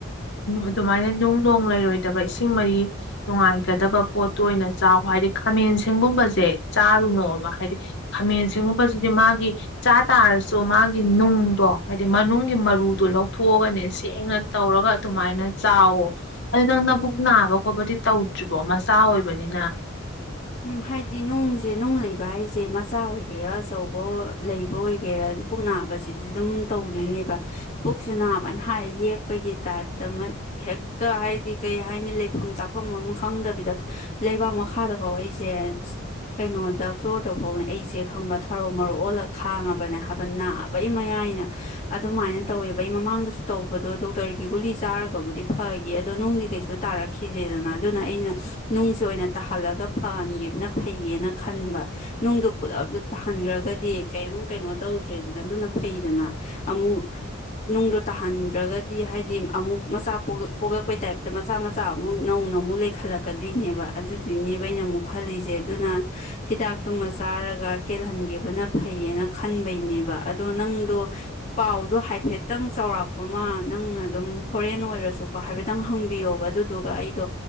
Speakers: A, on the left (about 55°); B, on the left (about 35°).
A: ꯑꯗꯨꯃꯥꯏꯅ ꯅꯨꯡ ꯅꯨꯡ ꯂꯩꯔꯣꯏꯗꯕ ꯏꯁꯤꯡ ꯃꯔꯤ ꯅꯨꯡꯉꯥꯏꯒꯗꯕ ꯄꯣꯠꯇꯣ ꯑꯣꯏꯅ ꯆꯥꯎ ꯍꯥꯏꯗꯤ ꯈꯥꯃꯦꯟ ꯒꯨꯝꯕꯁꯦ ꯆꯥꯔꯨꯅꯣꯕ ꯍꯥꯏꯗꯤ ꯈꯥꯃꯦꯟ ꯒꯨꯝꯕꯁꯤꯗꯤ ꯃꯥꯒꯤ ꯆ ꯇꯥꯔ ꯁꯣ ꯃꯥ ꯏꯨꯝ ꯇ ꯣ ꯍꯥꯏꯗꯤ ꯃꯅꯨꯡꯒꯤ ꯃꯔꯨ ꯑꯗꯨ ꯂꯧꯊꯣꯛꯑꯒꯅꯦ ꯁꯦꯡꯅ ꯇꯧꯔꯒ ꯑꯗꯨꯃꯥꯏꯅ ꯆꯥꯎꯋꯣ ꯑꯗꯨ ꯅꯪ ꯅꯕꯨꯛ ꯅꯥꯕ ꯈꯣꯠꯄꯗꯤ ꯇꯧꯗ꯭ꯔꯤꯕꯣ ꯃꯆꯥ ꯑꯣꯏꯕꯅꯤꯅ
B: ꯎꯝ ꯍꯥꯏꯗꯤ ꯅꯨꯡꯁꯦ ꯅꯨꯡ ꯂꯩꯕ ꯍꯥꯏꯁꯦ ꯃꯁ ꯆꯥ ꯑꯣꯏꯒꯦꯔꯥ ꯆꯆꯧꯕꯣ ꯂꯩꯕ ꯑꯣꯏꯒꯦꯔꯥ ꯄꯨꯛ ꯅꯥꯕꯁꯤꯗꯤ ꯑꯗꯨꯝ ꯇꯧꯗꯣꯏꯅꯦꯕ ꯄꯨꯛꯁꯨ ꯅꯥꯕꯅ ꯍꯥꯏ ꯌꯦꯛꯄꯒꯤ ꯇꯥꯏꯞꯇ ꯍꯦꯛꯇ ꯍꯥꯏꯗꯤ ꯀꯩ ꯍꯥꯏꯅꯤ ꯂꯩꯐꯝ ꯆꯥꯐꯝ ꯑꯃ ꯈꯪꯗꯕꯤꯗ ꯂꯩꯕꯥꯛ ꯃꯈꯥꯗ ꯐꯧ ꯑꯩꯁꯦ ꯀꯩꯅꯣꯗ ꯐ꯭ꯂꯣꯔꯗ ꯐꯥꯎꯅꯦ ꯑꯩꯁꯦ ꯈꯪꯕ ꯊꯔꯧ ꯃꯔꯣꯛ ꯑꯣꯜꯂꯒ ꯈꯥꯡꯉꯕꯅꯦ ꯍꯥꯏꯕ ꯅꯥꯕꯩ ꯃꯌꯥꯏꯅ ꯑꯗꯨꯃꯥꯏꯅ ꯇꯧꯋꯦꯕ ꯑꯩ ꯃꯃꯥꯡꯗꯁꯨ ꯇꯧꯕꯗꯣ ꯗꯣꯛꯇꯔꯒꯤ ꯒꯨꯂꯤ ꯆꯥꯔꯒꯕꯨꯗꯤ ꯐꯈꯤ ꯑꯗꯣ ꯅꯨꯡꯗꯤ ꯀꯩꯁꯨ ꯇꯥꯔꯛꯈꯤꯗꯦꯗꯅ ꯑꯗꯨꯅ ꯑꯩꯅ ꯅꯨꯡꯁꯦ ꯑꯣꯏꯅ ꯇꯥꯍꯜꯂꯒ ꯐꯍꯟꯈꯤꯕꯕꯅ ꯐꯩꯌꯦꯅ ꯈꯟꯕ ꯅꯨꯡꯗꯣ ꯄꯨꯜꯂꯞ ꯄꯨꯂꯞ ꯇꯥꯍꯟꯈ꯭ꯔꯒꯗꯤ ꯀꯔꯤꯝ ꯀꯩꯅꯣ ꯇꯧꯗ꯭ꯔꯦꯗꯅ ꯑꯗꯨꯅ ꯐꯩꯗꯅ ꯑꯃꯨꯛ ꯅꯨꯡꯗꯣ ꯇꯥꯍꯟꯗ꯭ꯔꯒꯗꯤ ꯍꯥꯏꯗꯤ ꯑꯃꯨꯛ ꯃꯆꯥ ꯄꯣꯛꯂꯛꯄꯩ ꯇꯥꯏꯞꯇ ꯃꯆꯥ ꯃꯆꯥ ꯑꯃꯨꯛ ꯅꯧꯅ ꯑꯃꯨꯛ ꯂꯩꯈꯠꯂꯛꯀꯗꯣꯏꯅꯦꯕ ꯑꯗꯨꯗꯨꯏꯅꯦꯕ ꯩꯅ ꯑꯃꯨꯛ ꯈꯜꯂꯤꯁꯦ ꯑꯗꯨꯅ ꯍꯤꯗꯥꯛꯇꯨꯃ ꯆꯥꯔꯒ ꯀꯦꯜꯍꯟꯒꯦꯕꯅ ꯐꯩꯌꯦꯅ ꯈꯟꯕꯩꯅꯦꯕ ꯑꯗꯣ ꯅꯪꯗꯣ ꯄꯥꯎꯗꯣ ꯍꯥꯏꯐꯦꯠꯇꯪ ꯆꯥꯎꯔꯥꯛꯄ ꯑꯃ ꯅꯪꯅ ꯑꯗꯨꯝ ꯐꯣꯔꯦꯟ ꯑꯣꯏꯔꯁꯨꯀꯣ ꯍꯥꯏꯐꯦꯠꯇꯪ ꯍꯪꯕꯤꯌꯣꯕ ꯑꯗꯨꯗꯨꯒ ꯑꯩꯗꯣ